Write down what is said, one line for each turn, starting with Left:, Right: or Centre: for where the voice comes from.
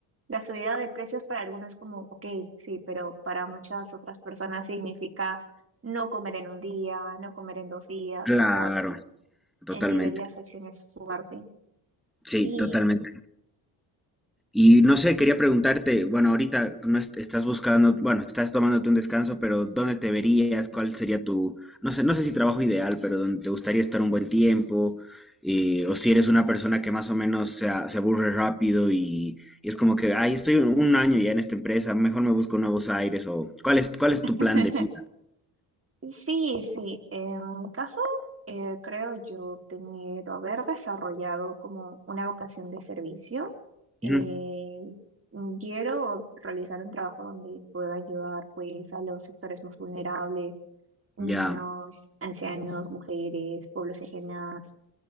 Right: la subida de precios para algunos como, ok, sí, pero para muchas otras personas significa no comer en un día, no comer en dos días,
Centre: Claro,
Right: o sea,
Centre: totalmente.
Right: el nivel de afección es fuerte. Sí.
Centre: Sí, totalmente. Y no sé, quería preguntarte, bueno, ahorita no est- estás buscando, bueno, estás tomándote un descanso, pero ¿dónde te verías? ¿Cuál sería tu, no sé, no sé si trabajo ideal, pero dónde te gustaría estar un buen tiempo? eh, o si eres una persona que más o menos se, a- se aburre rápido y, y es como que, ay, estoy un, un año ya en esta empresa, mejor me busco nuevos aires o ¿cuál es, cuál es
Right: <laughs>
Centre: tu plan de vida?
Right: Sí, sí. En mi caso, eh, creo yo tener o haber desarrollado como una vocación de servicio. Eh,
Centre: Ujú,
Right: quiero realizar un trabajo donde pueda ayudar pues a los sectores más vulnerables, niños,
Centre: Ya,
Right: ancianos, mujeres, pueblos indígenas.